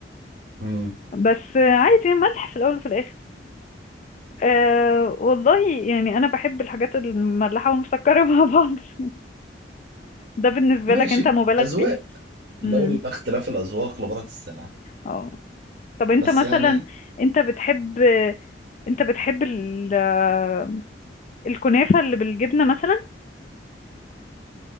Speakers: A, on the right; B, on the left.
A: مم.
B: بس عادي ملح في الاول وفي الاخر أه والله يعني انا بحب الحاجات المملحه والمسكره مع بعض <laughs> ده بالنسبه
A: ماشي
B: لك انت مبالغ
A: أذواق
B: فيه
A: لولا
B: امم
A: اختلاف الأذواق لبارت السلع
B: اه طب انت
A: بس
B: مثلا
A: يعني
B: انت بتحب انت بتحب ال... آه، الكنافه اللي بالجبنه مثلا